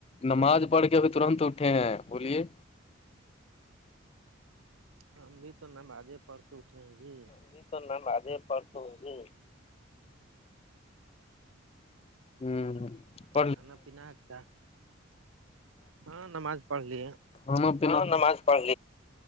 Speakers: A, on the left (about 30°); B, on the right (about 80°).
A: نماز پڑھ کے وہ ترنت اٹھے ہیں بولیے
B: ہم بھی تو نمازے پڑھتے اٹھے ہیں جی
A: ابھی تو نمازیں پڑھ کے اٹھے ہیں ہممم
B: کھانا پینا اچ کیا ہاں نماز پڑھ لی ہے
A: کھانا پینا نماز پڑھ